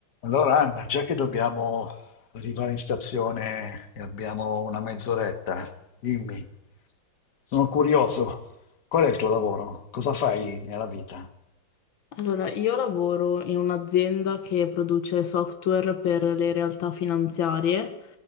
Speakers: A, on the left; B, on the left.
A: Allora, Anna, già che dobbiamo arrivare in stazione e abbiamo una mezz'oretta, dimmi, sono curioso, qual è il tuo lavoro? Cosa fai nella vita?
B: Allora, io lavoro in un'azienda che produce software per le realtà finanziarie